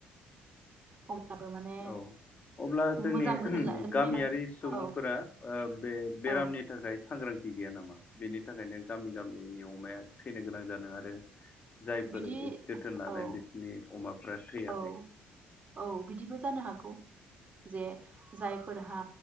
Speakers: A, on the right; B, on the left.
A: अब्लाबो माने
B: औ अब्ला जोंनि
A: मोजां जोथोन ला
B: गामियारि
A: बेमार
B: सुबुंफोरा
A: औ
B: बे बेरामनि
A: औ
B: थाखाय सांग्रांथि गैया नामा बेनि थाखायनो गामि गामिनि अमाया थैनो गोनां जादों आरो जायफोर
A: बिदि
B: जोथोन लादों
A: औ
B: बिसोरनि अमाफ्रा थैयाखै
A: औ औ बिदिबो जानो हागौ जे जायफोरहा